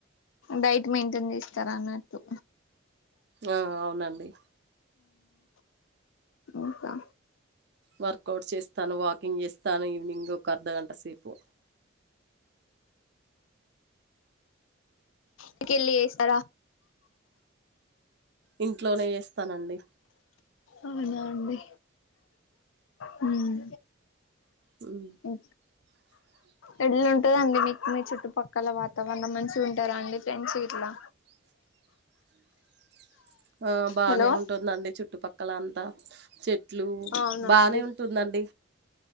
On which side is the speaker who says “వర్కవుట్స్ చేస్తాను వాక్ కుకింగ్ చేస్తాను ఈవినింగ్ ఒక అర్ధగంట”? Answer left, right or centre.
Right